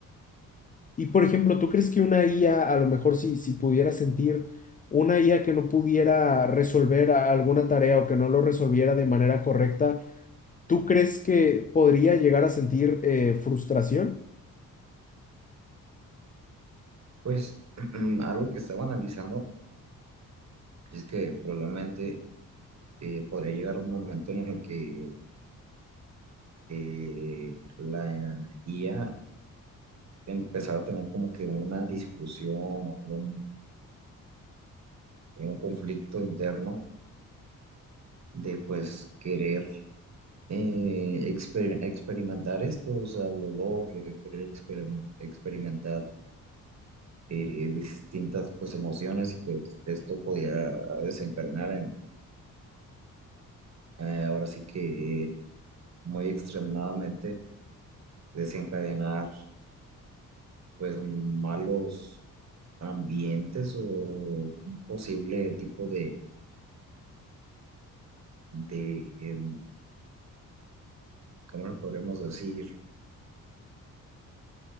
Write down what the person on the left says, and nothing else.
Y por ejemplo, ¿tú crees que una IA, a a lo mejor si, si pudiera sentir una IA que no pudiera resolver a- alguna tarea o que no lo resolviera de manera correcta, ¿tú crees que podría llegar a sentir eh, frustración?